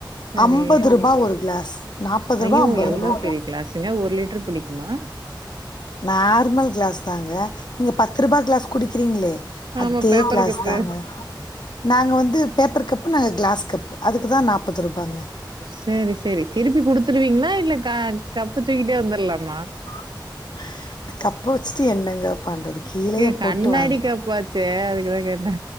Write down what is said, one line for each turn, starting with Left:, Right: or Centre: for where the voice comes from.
Right: சரி.
Left: அம்பதுருபா ஒரு கிளாஸ் நாப்பதுருபா
Right: ஐயோ!
Left: அம்பதுருபா
Right: எவ்வளோ பெரிய கிளாஸுங்க. லிட்டர் பிடிக்குமா?
Left: நார்மல் கிளாஸ் தாங்க நீங்க பத்துருபா க்ளாஸ் குடிக்கிறீங்ளே அதே
Right: ஆமா பேப்பர்
Left: கிளாஸ்
Right: கப்
Left: தாங்க நாங்க வந்து பேப்பர் கப்பு நாங்க கிளாஸ் கப்பு அதுக்குதா நாப்பதுருபாங்க
Right: சேரி சேரி திருப்பி குடுத்துருவீங்ளா இல்ல க கப்ப தூக்கிட்டே வந்துர்லாமா
Left: <inaudible> கப்ப வச்சுட்டு என்னங்க பண்றது கீழேயே
Right: ஏ
Left: போட்டு
Right: கண்ணாடி
Left: வாங்
Right: கப்பாச்சே அதுக்குதா கேட்டே.